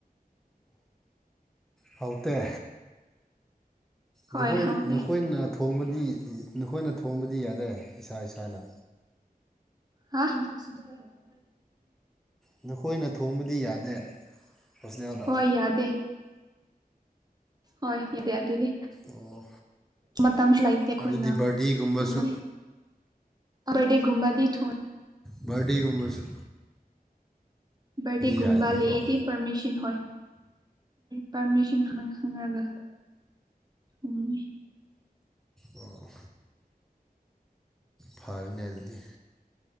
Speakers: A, in the centre; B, on the right (about 25°).
A: ꯍꯥꯎꯇ‌ꯦ
B: ꯍꯣꯏ
A: ꯅꯈꯣꯏ
B: ꯍꯥꯎꯇꯦ
A: ꯅꯈꯣꯏꯅ ꯊꯣꯡꯕꯗꯤ ꯅꯈꯣꯏꯅ ꯊꯣꯡꯕꯗꯤ ꯌꯥꯗ꯭ꯔꯦ ꯏꯁꯥ ꯏꯁꯥꯅ
B: ꯍꯥ <unintelligible>
A: ꯅꯈꯣꯏꯅ ꯊꯣꯡꯕꯗꯤ ꯌꯥꯗꯦ ꯍꯣꯁꯇꯦꯜꯗ
B: ꯍ‌ꯣꯏ ꯌꯥꯗꯦ ꯍꯣꯏ ꯌꯥꯗꯤ ꯑꯗꯨꯗꯤ
A: ꯑꯣ
B: ꯃꯇꯝꯁꯨ ꯂꯩꯇꯦ ꯑꯩꯈꯣꯏꯅ
A: ꯑꯗꯨꯗꯤ ꯕꯥ꯭ꯔꯗꯤꯒꯨꯝꯕꯁꯨ
B: ꯊꯨꯝꯕꯒꯤ ꯕꯔꯗꯦꯒꯨꯝꯕꯗꯤ ꯊꯨꯏ
A: ꯕꯥ꯭ꯔꯗꯤꯒꯨꯝꯕꯁꯨ
B: ꯕꯥ꯭ꯔꯗꯦꯒꯨꯝꯕ
A: ꯌꯥꯔꯅꯤꯀꯣ
B: ꯂꯩꯗꯤ ꯄꯥ꯭ꯔꯃꯤꯁꯟ ꯍ‌ꯣꯏ ꯄꯥꯔꯃꯤꯁꯟ ꯈꯪꯉꯒ ꯎꯝ
A: ꯑꯣ ꯐꯥꯔ‌ꯦꯅꯦ ꯑꯗꯨꯗꯤ